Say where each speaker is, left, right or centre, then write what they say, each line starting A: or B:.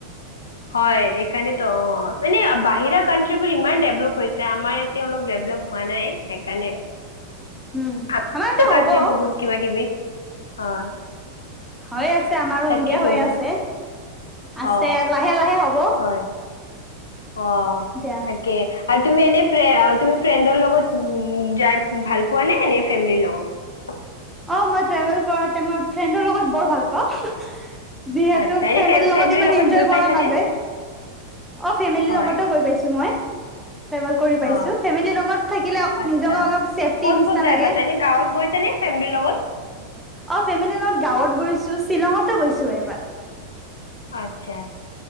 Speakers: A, on the left; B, in the centre.
A: হয় সেইকাৰণেতো অ মানে বাহিৰা কানণ্ট্ৰ্ৰীিবোৰ ইমান ডেভলপ হৈছে আমাৰ ইয়াতে অলপ ডেভলপ হোৱা নাই সেইকাৰণে।
B: উম
A: আমাৰো
B: আমাৰ এতিয়া হ'ব
A: আছে বহুত কিবা দিবি হয়।
B: হৈ আছে আমাৰো
A: তাকেইতো
B: ইণ্ডিয়া হৈ আছে। আছে
A: অ
B: লাহে -লাহে হ'ব।
A: হয় অ
B: দিয়া
A: তাকে আৰু তুমি এনে ফ তুমি ফ্ৰেণ্ডৰ লগত উ যাই ভাল পোৱা নে এনে ফেমিলিৰ লগত?
B: অ মই ট্ৰেভেল কৰতে মই ফ্ৰেণ্ডৰ লগত বৰ ভাল পাওঁ। যিহেতু
A: আচ্ছা এনে
B: ফেমেলী
A: ফে
B: লগত
A: ফেমিলিৰ
B: ইমান এনজয়
A: গৈ
B: কৰা
A: পাইছানে
B: নাযায় অ ফেমিলীৰ
A: হয়
B: লগতো গৈ পাইছো মই ট্ৰেভেল কৰি
A: অ
B: পাইছো ফেমেলীৰ লগত থাকিলে
A: আচ্ছা
B: নিজকে অলপ চেফটিৰ
A: ক'ত
B: নিচিনা
A: ক'ত যাই
B: লাগে।
A: পাইছা এনে গাঁৱত গৈছানে ফেমিলিৰ লগত
B: অ ফেমিলিৰ লগত গাঁৱত গৈছো শ্বিলঙত গৈছো এইবাৰ।
A: আচ্ছা